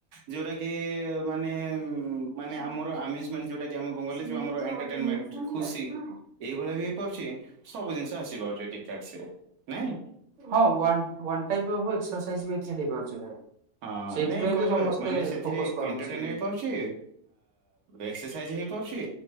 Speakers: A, on the right; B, on the right.
A: ଯୋଉଟା କି ମାନେ ମାନେ
B: ଆଜ୍ଞା
A: ଆମର ଆମ ଏଣ୍ଟର୍ଟେନ୍ମେଣ୍ଟରେ
B: ସିଏ ଆଜ୍ଞା
A: ଖୁସି ଏଇଭଳିଆ ବି ହେଇପାରୁଛି ସବୁ ଜିନିଷ ଆସି ପାରୁଛି ଠିକ ଠାକ ସେ ନାଇଁ।
B: ହଁ one one type of exercise ବି ଏଥିରେ ହୋଇପାରୁଛି ଭାଇ।
A: ହଁ
B: ସେଇଥିପାଇଁ
A: ନାଇଁ କହିଲେ
B: ତ ସମସ୍ତେ
A: ମାନେ ସେଥିରେ
B: ଫୋକସ୍ କରନ୍ତି
A: ଏଣ୍ଟରଟେନ
B: ସେଇ ହୁଁ
A: ହେଇପାରୁଛି। ଏକ୍ସରସାଇଜ ହେଇପାରୁଛି